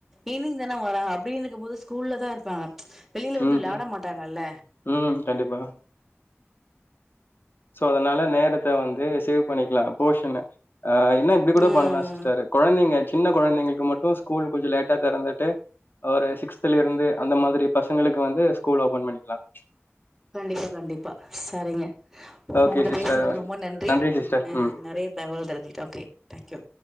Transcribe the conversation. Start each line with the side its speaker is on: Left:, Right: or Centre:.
Centre: ஈவினிங் தானே வராங்க அப்படின் இருக்கும் போது ஸ்கூல்ல தா இருப்பாங்க. வெளியில வந்து
Left: ம்
Centre: விளையாட
Left: ம்
Centre: மாட்டாங்கள்ல
Left: ம் கண்டிப்பா சோ அதனால நேரத்த வந்து சேவ் பண்ணிக்கலா போஷன ஆ இனா இப்டி கூட
Centre: ம்
Left: பண்லா சிஸ்டர் கொழந்தைங்க சின்ன குழந்தைங்களுக்கு மட்டு ஸ்கூல் கொஞ்ச லேட்டா தெறந்துட்டு ஒரு சிக்ஸ்த்தில இருந்து அந்த மாதிரி பசங்களுக்கு வந்து ஸ்கூல் ஓபன் பண்ணிக்கலாம்
Centre: கண்டிப்பா கண்டிப்பா சரிங்க உங்களோட
Left: ஓகே சிஸ்டர்
Centre: பேசனதுக்கு ரொம்ப நன்றி
Left: சிஸ்டர்
Centre: அ
Left: ம்
Centre: நெறைய தகவல் தெரிஞ்சுக்கிட்டே ஓகே தேங்க்யூ